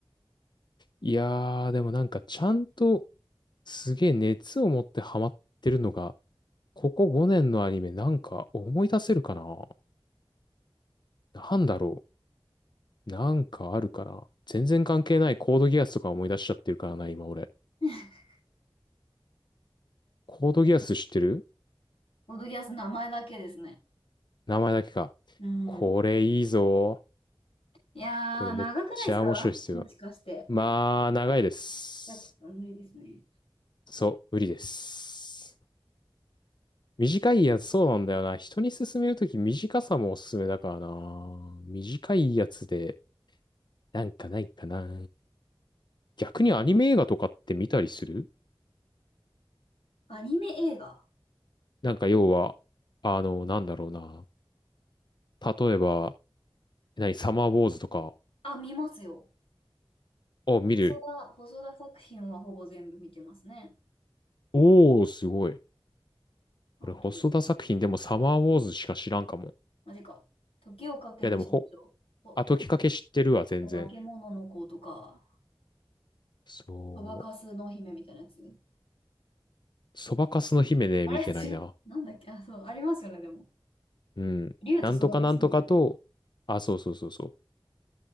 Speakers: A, on the left; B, on the left.
A: いやー、でもなんかちゃんとすげえ熱を持ってハマってるのが、ここ5年のアニメなんか思い出せるかな。なんだろう。なんかあるかな。全然関係ないコードギアスとか思い出しちゃってるからな、今俺。
B: <laughs>
A: コードギアス知ってる
B: ボドギアス名前だけですね。
A: 名前だけか。
B: うん。
A: これいいぞ。
B: いやー、
A: これめっちゃ面白いっすよ。
B: 長くないですかもしかして。
A: まあ、長いです。
B: いや、ちょっと無理ですね。
A: そう、無理です。短いやつ、そうなんだよな。人に勧めるとき短さもおすすめだからな。短いやつで、なんかないかな。逆にアニメ映画とかって見たりする
B: アニメ映画。
A: なんか要は、あの、なんだろうな。例えば、何、サマーウォーズとか
B: あ、見ますよ。
A: を見る。
B: 細田、細田作品はほぼ全部見てますね。
A: おー、すごい。
B: あとは、
A: 俺、細田作品でもサマーウォーズしか知らんかも。い
B: マジか。時をかける少女と、
A: や、でも、ほ、あ、時かけ知ってるわ、全然。
B: 化け物の子とか、
A: そう。
B: そばかすの姫みたいなやつ。
A: そばかすの姫ね、
B: あれ、
A: 見てないな。
B: ち、なんだっけ、あ、そう、ありますよね、でも。
A: うん。
B: 竜とそばが好きみたいな。
A: なんとかなんとかと、あ、そうそうそうそう。